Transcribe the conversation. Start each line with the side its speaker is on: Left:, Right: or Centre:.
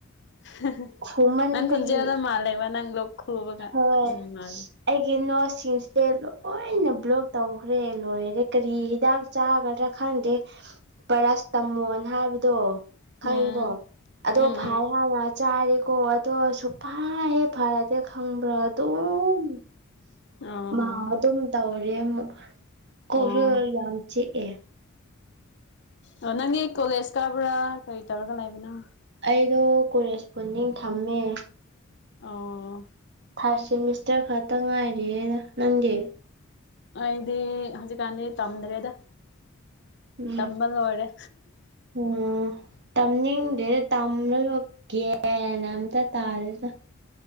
Left: <unintelligible>
Right: ꯈꯨꯃꯟꯕꯒꯤ
Left: ꯅꯪ ꯈꯨꯨꯟꯖꯦꯗ ꯃꯥꯂꯦꯕ ꯅꯪ ꯂꯣ ꯈꯨꯕꯒ
Right: ꯍꯣꯏ
Left: ꯎꯝ ꯃꯥꯂꯦ
Right: ꯑꯩꯒꯤ ꯅꯣꯠꯁꯤꯡꯁꯦ ꯂꯣꯏꯅ ꯕ꯭ꯂꯣꯛ ꯇꯧꯈ꯭ꯔꯦ ꯂꯣꯏꯔꯦ ꯀꯔꯤ ꯍꯤꯗꯥꯛ ꯆꯥꯒꯗ꯭ꯔꯥ ꯈꯪꯗꯦ ꯄꯔꯁ ꯇꯝꯃꯣꯟ ꯍꯥꯏꯕꯗꯣ ꯈꯪꯉꯤꯀꯣ
Left: ꯎꯝ
Right: ꯑꯗꯣ
Left: ꯎꯝ
Right: ꯐꯥꯏ
Left: ꯎꯝ
Right: ꯍꯅ ꯆꯥꯔꯤꯀꯣ ꯑꯗꯣ ꯁꯨꯐ ꯍꯦꯛ ꯐꯔꯗꯦ ꯈꯪꯕ꯭ꯔꯥ ꯑꯗꯨꯝ
Left: ꯑꯣ
Right: ꯃꯥ ꯑꯗꯨꯝ ꯇꯧꯔꯦ ꯑꯃꯨꯛ ꯀꯣꯏꯁꯨ
Left: ꯑꯣ
Right: ꯌꯥꯝ ꯆꯤꯛꯑꯦ
Left: ꯑꯣ ꯅꯪꯒꯤ ꯀꯣꯂꯦꯖ ꯀꯥꯕ꯭ꯔꯥ ꯀꯔꯤ ꯇꯧꯔꯒ ꯂꯥꯛꯕꯅꯣ
Right: ꯑꯩꯗꯣ ꯀꯦꯁꯄꯣꯟꯗꯤꯡ ꯊꯝꯃꯦ
Left: ꯑꯣ
Right: ꯊꯥꯔꯠ ꯁꯦꯃꯤꯁꯇꯔ ꯈꯛꯇ ꯉꯥꯏꯔꯤꯌꯦ ꯅꯪꯗꯤ
Left: ꯑꯩꯗꯤ ꯍꯧꯖꯤꯛꯀꯥꯟꯗꯤ ꯇꯝꯗ꯭ꯔꯦꯗ
Right: ꯎꯝ
Left: ꯇꯝꯕ ꯂꯣꯏꯔꯦ
Right: ꯑꯣꯝ ꯇꯝꯅꯤꯡꯗꯦꯗ ꯇꯝꯂꯣꯏꯕ ꯒꯦꯅ ꯑꯝꯇ ꯇꯥꯗꯦꯗ